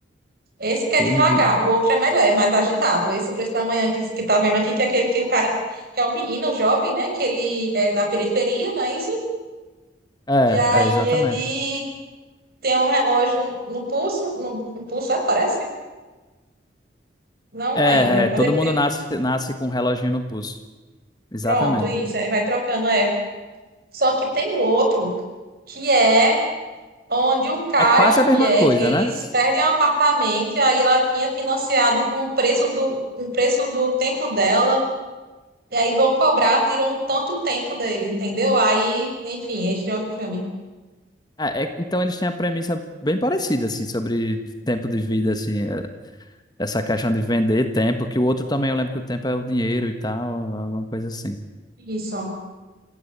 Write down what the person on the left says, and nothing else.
filme
de.
É,
é, exatamente.
É,
é, todo
mundo
nasce, nasce com um reloginho no pulso. Exatamente.
É quase
a mesma coisa,
né?
É, é- então eles têm a premissa bem parecida, assim, sobre tempo de vida, assim, é, essa questão de vender tempo, que o outro também, eu lembro que o tempo é o dinheiro e tal, alguma coisa assim.